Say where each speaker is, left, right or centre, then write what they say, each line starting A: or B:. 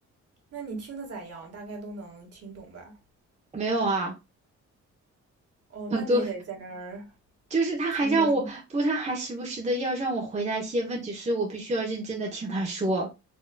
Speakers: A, on the right; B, on the right.
A: 那你听的咋样？大概都能听懂吧？
B: 没有啊，
A: 哦，
B: 很多
A: 那你也得在那儿
B: 就是他还让我不，
A: 听着是吗？
B: 他还时不时的要让我回答一些问题，所以我必须要认真的听他说。